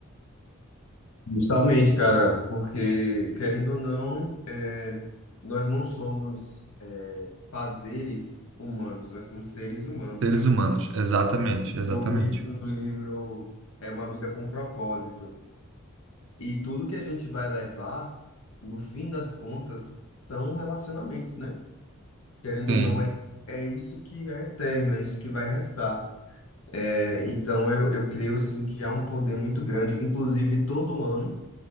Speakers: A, on the left; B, on the right.
A: justamente, cara, porque, querendo ou não, é, nós não somos é, fazeres humanos, nós somos seres humanos,
B: Seres
A: né?
B: humanos, exatamente, exatamente.
A: Eu vi isso no livro É uma Vida com Propósito. E tudo que a gente vai levar, no fim das contas, são relacionamentos, né? Querendo
B: Sim,
A: ou não, é, é isso que é eterno, é isso que vai restar. É, então, eu, eu creio, assim, que há um poder muito grande. Inclusive, todo ano,